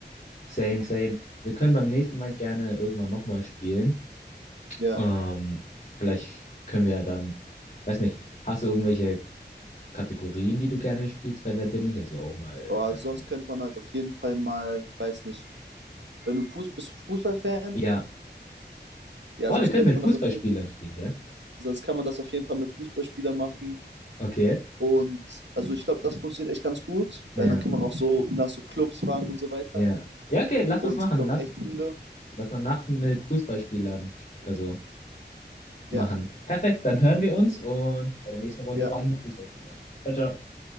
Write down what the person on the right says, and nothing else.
Ja,
aber
sonst
könnte man halt auf jeden Fall mal, weiß nicht, wenn du Fuß, bist du Fußballfan?
Ja,
sonst
könnte
man
das auf jeden,
sonst kann man das auf jeden Fall mit Fußballspielern machen.
Und also ich glaube, das funktioniert echt ganz gut,
weil dann kann man auch so nach so Clubs fragen und so weiter.
Und
es gibt auch
echt viele.
Ja,
ja,